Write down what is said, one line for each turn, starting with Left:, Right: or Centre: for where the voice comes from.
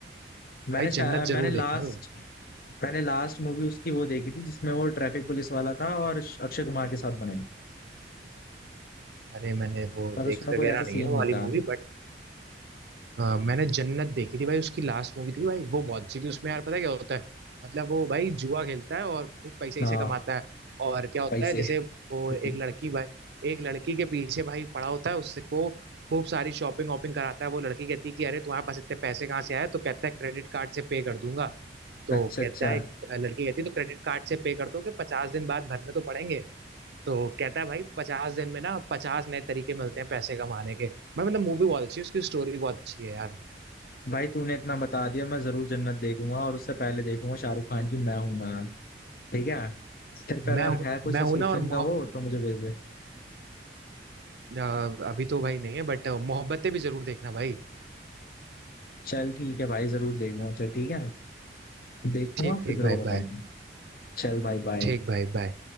Left: मैंने
Right: भाई
Left: शायद
Right: जन्नत
Left: मैंने
Right: जरूर
Left: लास्ट
Right: देखना तुम
Left: मैंने लास्ट मूवी उसकी वो देखी थी जिसमें वो ट्रैफिक पुलिस वाला था और अक्षय कुमार के साथ बनाई
Right: अरे मैंने वो
Left: पर उसमें
Right: देखी
Left: कोई
Right: वगैरह
Left: ऐसा सीन
Right: नहीं है वो
Left: नहीं
Right: वाली
Left: था
Right: मूवी बट मैंने जन्नत देखी थी भाई उसकी लास्ट मूवी थी भाई वो बहुत अच्छी थी उसमें यार पता है क्या होता है मतलब वो भाई जुआ खेलता है और खूब पैसे
Left: हाँ
Right: इसे कमाता है और क्या होता
Left: पैसे
Right: है जैसे वो
Left: <laughs>
Right: एक लड़की भाई एक लड़की के पीछे भाई पड़ा होता है उससे को खूब सारी शॉपिंग वॉपिंग कराता है वो लड़की कहती है कि अरे तुम्हारे पास इतने पैसे कहाँ से आए तो कहता है क्रेडिट कार्ड से पे कर दूंगा तो
Left: अच्छा
Right: कहता
Left: अच्छा
Right: है लड़की कहती है तो क्रेडिट कार्ड से पे कर दो कि पचास दिन बाद भरने तो पड़ेंगे तो कहता है भाई पचास दिन में ना पचास नए तरीके मिलते हैं पैसे कमाने के मैं मतलब मूवी बहुत अच्छी है उसकी स्टोरी बहुत अच्छी है यार
Left: भाई तूने इतना बता दिया मैं जरूर जन्नत देखूंगा और उससे पहले देखूंगा शाहरुख खान की मैं हूं ना ठीक है तेरे पे
Right: मैं
Left: अगर
Right: हूँ
Left: है कोई सब्सक्रिप्शन
Right: मैं हूं ना और
Left: का
Right: मोहब
Left: वो तो मुझे भेज दे
Right: अ, अभी तो भाई नहीं है बट मोहब्बतें भी जरूर देखना भाई
Left: चल ठीक है भाई जरूर देखूंगा चल ठीक है देखूंगा
Right: ठीक ठीक
Left: फिर तेरे
Right: भाई
Left: को बताऊंगा
Right: बाय
Left: चल भाई बाय
Right: ठीक भाई बाय